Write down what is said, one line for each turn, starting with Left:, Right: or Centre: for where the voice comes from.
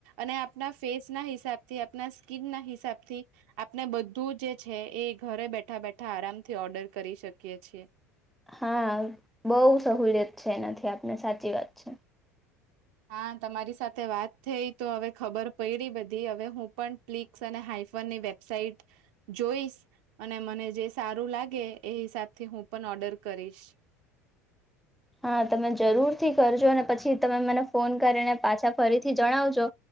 Right: અને આપના ફેસ ના હિસાબ થી, આપના સ્કીન ના હિસાબથી આપને બધું જે છે, એ ઘરે બેઠા બેઠા આરામથી ઓર્ડર કરી શકીએ છીએ.
Centre: હા બઉુ સહુલિયત છે એનાથી આપને સાચી વાત છે.
Right: હા, તમારી સાથે વાત થઈ તો, હવે ખબર પડી બધી. હવે હું પણ ફ્લિક્સ અને હાઈફોન ની વેબસાઇટ જોઈશ. અને મને જે સારું લાગે, એ હિસાબથી હું પણ ઓર્ડર કરીશ.
Centre: હા, તમે જરૂર થી કરજો. અને પછી તમે મને ફોન કરીને, પાછા ફરીથી જણાવજો.